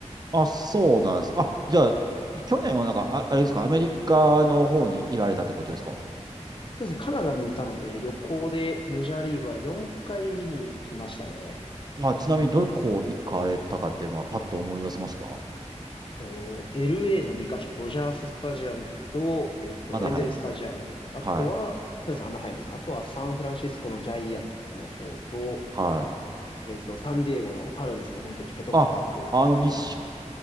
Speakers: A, on the right; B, on the left.
A: あ、そうなんです。あ、じゃあ、去年はなんか、あ、あれですか、アメリカの方にいられたってことですか
B: そうですね。カナダにいたので、旅行でメジャーリーグは4回見に行きましたね。
A: あ、ちなみにどこ行かれたかって、まあ、パッと思い出せますか
B: と、LA の2カ所、ドジャーススタジアムと、えっと、
A: アナハイム。
B: エンゼルスタジアム、あとは、
A: はい。
B: そうですね、アナハイムですね。あとはサンフランシスコのジャイアンツの方と、
A: はい。
B: えっと、サンディエゴのパドレスの本拠地ペトコパーク行きましたね。
A: あ、あの、日